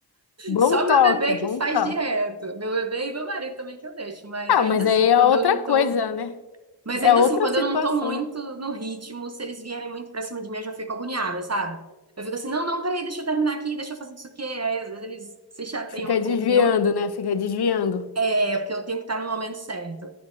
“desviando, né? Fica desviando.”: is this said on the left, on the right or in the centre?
Left